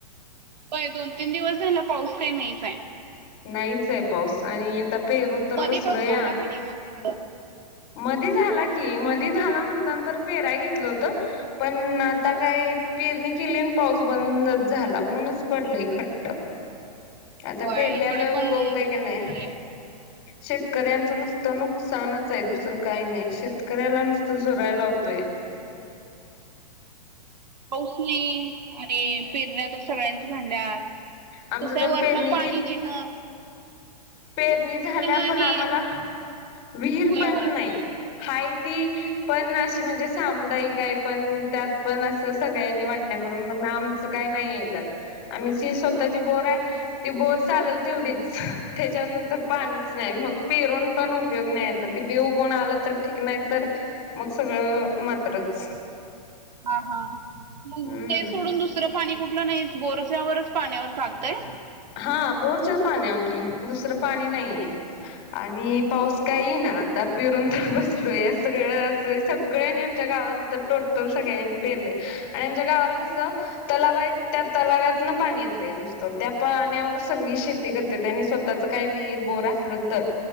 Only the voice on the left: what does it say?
नाहीच आहे पाऊस आणि आता पेरून तर
बसलो
या.
मधी झाला की मधी झाला म्हणतान तर पेराय घेतलं होतं. पण आता काय पेरणी किलीन पाऊस बंदच झाला. ऊनच पडलय खट्ट आता
पेरल्याला
उगवतय
की नाही.
शेतकऱ्यांचं नुसतं नुकसानच आहे दुसरं काही नाही शेतकऱ्याला नुसतं झरायला लावतो या.
आमचं
तर पेरणी
की
पेरणी झाल्या
पण आम्हाला विहीर
पण
नाही. हाय ती पण अशी म्हणजे सामुदायिक आहे, पण त्यात पण असं सगळ्यांनी वाटण्या करून पण आम च काय नाही ये त्यात. आमची स्वतःची बोर आहे. ती बोर चालेल तेवढीच त्याच्यानंतर पाणीच नाही. मग पेरून पण उपयोग नाही आता ती बे उगण आलं तर ठीक नाही तर मग सगळं मात्रच.
हम्म
हा बोर चल पाण्यावर की, दुसरं पाणी नाही आहे. आणि पाऊस काय इना आता पिरून तर बसलो या. सगळं अस सगळनी आमच्या गावात तर टोटल सगळ्यांनी पेरलय आणि आमच्या गावाला कस तलाव आहेत त्या तल्यावातन पाणी येतंय नुसत. त्यात पाण्यावर सगळी शेती करत्याती आणि स्वतःच काही विहीर बोर असलं तर